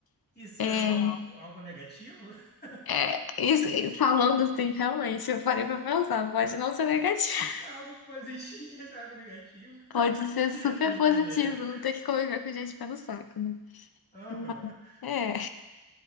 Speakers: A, on the left (about 25°); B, on the left (about 65°).
A: Isso
B: É,
A: é algo, algo negativo? <laughs>
B: É, isso, falando assim, realmente, eu parei pra pensar, pode não ser negativo,
A: Isso é algo positivo? Isso é algo negativo?
B: <laughs> pode ser
A: <laughs>
B: super
A: Brincadeira.
B: positivo, não ter que conviver com gente pé no saco, né?
A: Aham.
B: Mas, É,